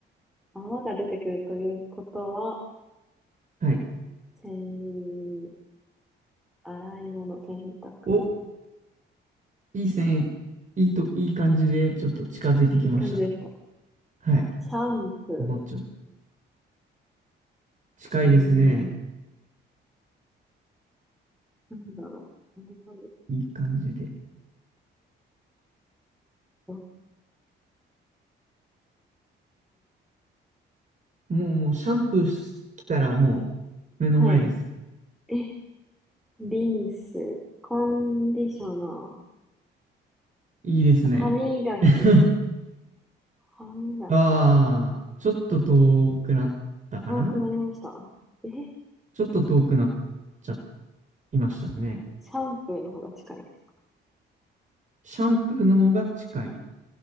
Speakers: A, in the centre; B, on the right.
A: 泡が出てくるということは、
B: はい。
A: せん、洗い物、洗濯。
B: お、いい線、いいと、いい感じで、ちょっと近づいてきました。
A: いい感じですか
B: はい。
A: シャンプ
B: もうちょ、近いですね。
A: ー。うーん。なんだろう。なんだろ
B: いい感じで。
A: う
B: もう、もう、シャンプーし、来たらもう、目の前ですよ。
A: はい。え、リンス。コンディショナー。
B: いいですね。
A: 歯磨き。
B: <laughs>
A: 歯磨き。
B: ああ、ちょっと遠くなったかな
A: 青くなりましたえ、シ
B: ちょっと遠くなっちゃいましたね。
A: ャンプーの方が近いですか
B: シャンプーの方が近い。